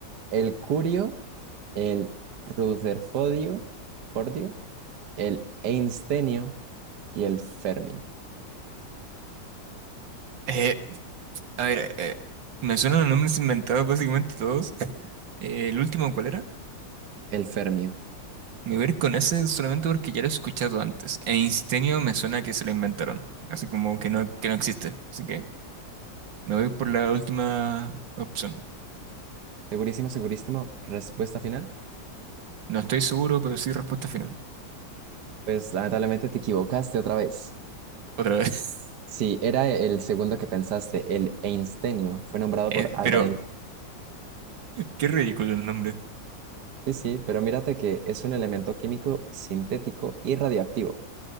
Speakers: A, on the right; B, on the right.
A: El curio, el rutherfordio, fordio, el einstenio y el fermio.
B: Eh, a ver, eh, me suenan los nombres inventados básicamente todos. Eh, ¿el último cuál era?
A: El fermio.
B: Me voy a ir con ese solamente porque ya lo he escuchado antes. Einsteinio me suena que se lo inventaron. Así como que no, que no existe. Así que me voy por la última opción.
A: Segurísimo, segurísimo. Respuesta final.
B: No estoy seguro, pero sí respuesta final.
A: Pues lamentablemente te equivocaste otra vez.
B: Otra vez. <laughs>
A: Sí, era el segundo que pensaste, el einstenio. Fue nombrado
B: Eh,
A: por Albert
B: pero
A: Einstein.
B: qué ridículo el nombre.
A: Sí, sí, pero mírate que es un elemento químico sintético y radioactivo.